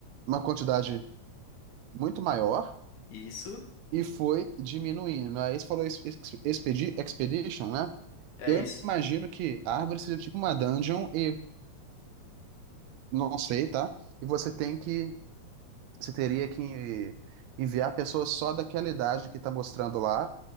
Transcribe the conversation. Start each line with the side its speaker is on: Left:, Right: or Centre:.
Right: uma quantidade muito maior.
Left: Isso
Right: e foi diminuindo. Aí você falou ex- ex- expedi- Expedition, né?
Left: é
Right: Eu
Left: isso.
Right: imagino que a árvore seja tipo uma dungeon e não sei, tá? E você tem que, você teria que enviar pessoas só daquela idade que tá mostrando lá